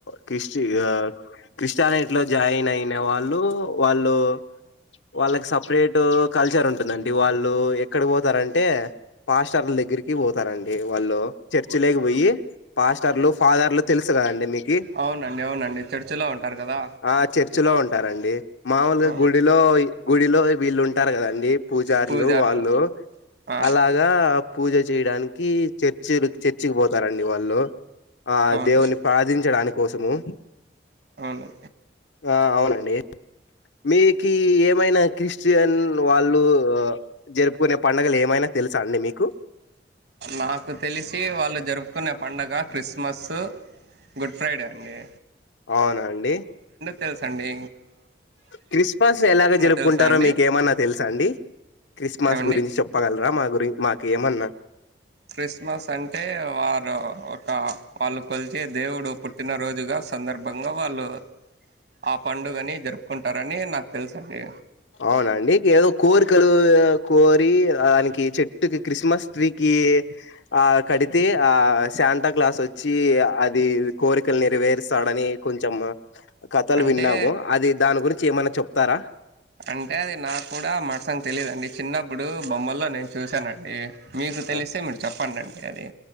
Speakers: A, on the left; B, on the right.
A: క్రిస్టి ఇగ క్రిస్టియానిటిలో జాయిన్ అయిన వాళ్ళు వాళ్ళు వాళ్ళకి సపరేట్ కల్చర్ ఉంటదం ఇగ వాళ్ళు ఎక్కడ పోతారంటే పాస్టలగరికి బో తారండి వాళ్ళు చర్చి లకిపోయి పాస్టర్లు ఫాదర్లు తెలుసు కదండి మీకు
B: అవునండి అవునండి చర్చిలో ఉంటారు కదా
A: ఆ చర్చి లో ఉంటారండి మామూలుగా
B: ఆ
A: గుడిలో గుడిలో వీళ్ళు ఉంటారు కదండి పూజారులు
B: పూజార్లు
A: వాళ్ళు
B: ఆ
A: అలాగ ఇగ పూజ చేయడానికి చర్చిలకి చర్చికి పోత తారండి వాళ్ళు ఆ
B: అవును
A: దేవుని ప్రధించడానికి కోసము
B: అవును
A: ఆ అవునండి మీకు ఏమైనా క్రిస్టియన్ వాళ్ళు జరుపుకునే పండుగలు ఏమైనా తెలుసా అండి మీకు
B: నాకు తెలిసి వాళ్ళు జరుపుకునే పడుగ క్రిస్మస్ గుడ్ ఫ్రైడే అండి
A: అవునండి
B: తెల్స్ అండి
A: క్రిస్మస్ ఎలాగ జరుపుకుంటారో
B: తెలుసా అండి
A: మీకు ఏమన్నా తెలుస అండి క్రిస్మస్
B: ఏమండి
A: గురించి చెప్పగలరా మా గురి మాకు గేమన్నా
B: క్రిస్మస్ అంటే వారు ఒక వాళ్ళు కలిచి దేవుడు పుట్టినరోజుగా సందర్భంగా వాళ్ళు ఆ పండుగని జరుపుకుంటారని నాకు తెలుస అండి
A: అవునండి ఏదో కోరికలు కోరి దానికి చెట్టుకి క్రిస్మస్ ట్రీకి ఆ కడితే ఆ శాంటా క్లాస్ వచ్చి అది కోరికలు నెరవేరుస్తాడని కొంచెం కథలు
B: అంటే
A: విన్నాము అది దాని గురించి ఏమన్నా చెప్తారా
B: అంటే అది నాకు కూడా మడసంగా తెలిదుండి చిన్నప్పుడు బొమ్మల్లో నేను చూశానండి మీకు తెలిస్తే
A: ఆ!
B: మీరు చెప్పండిండి ఎద